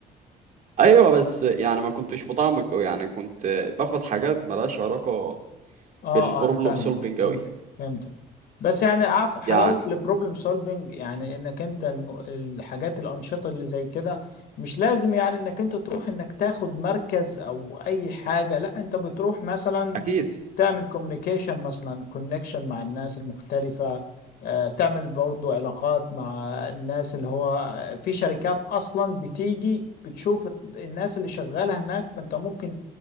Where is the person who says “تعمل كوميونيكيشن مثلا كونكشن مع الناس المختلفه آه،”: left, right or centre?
Left